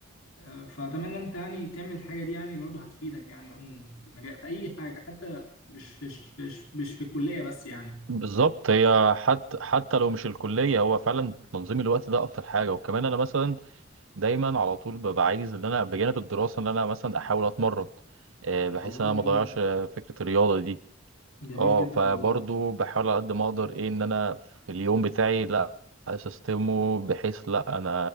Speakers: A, on the left; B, on the right.
A: آه، فأتمنى أنت يعني تعمل الحاجة دي يعني برضه هتفيدك يعني عموما في مجال في أي حاجة حتى مش مش مش مش في الكلية بس يعني
B: بالظبط هي حتى حتى لو مش الكلية هو فعلا تنظيم الوقت ده أكتر حاجة وكمان أنا مثلا دايما على طول ببقى عايز ان انا بجانب الدراسه ان انا مثلا احاول اتمرن آه، بحيث
A: والله
B: ان
A: جميل
B: انا ما اضيعش آه، فكره الرياضه دي
A: جميل
B: اه
A: جدا
B: فبرضو
A: والله
B: بحاول على قد ما اقدر ايه ان انا في اليوم بتاعي لا اسيستمه بحيث لا انا